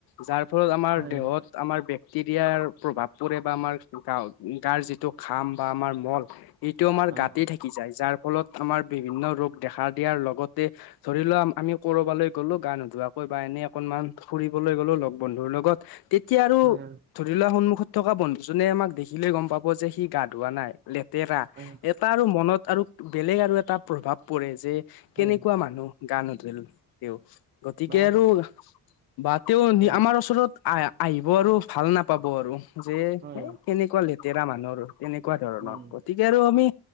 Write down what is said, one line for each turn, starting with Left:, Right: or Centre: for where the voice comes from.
Left: যাৰ ফলত আমাৰ
Right: হয়
Left: দেহত আমাৰ তেৰিয়াৰ প্ৰভাৱ পুৰে বা আমাৰ গা গাৰ যিটো খাম বা আমাৰ মল এইটো আমাৰ
Right: হয়
Left: গাতেই থাকি যায় যাৰ ফলত আমাৰ বিভিন্ন ৰোগ দেখা দিয়াৰ লগতে ধৰি লোৱা আমি কৰবালৈ গ'লো গা নোধোৱাকৈ বা এনে অকনমান ফুৰিবলৈ গ'লো লগ বন্ধুৰ লগত তেতিয়া আৰু
Right: হয়
Left: ধৰি লোৱা সন্মুখত থকা বন্ধু জনে আমাক দেখিলে গম পাব যে সি গা ধোৱা নাই লেতেৰা
Right: হয়
Left: এটা আৰু মনত আৰু বেলেগ আৰু এটা প্ৰভাৱ পৰে যে কেনেকুৱা
Right: হয়
Left: মানুহ গা নুধুল তেওঁ। গতিকে
Right: বাট
Left: আৰু বা তেওঁ
Right: হয়
Left: আমাৰ ওচৰত আ, আহিব আৰু ভাল নাপাব আৰু যে এ
Right: হয়
Left: কেনেকুৱা লেতেৰা মানুহ আৰু। তেনেকুৱা ধৰণৰ,
Right: উম
Left: গতিকে আৰু আমি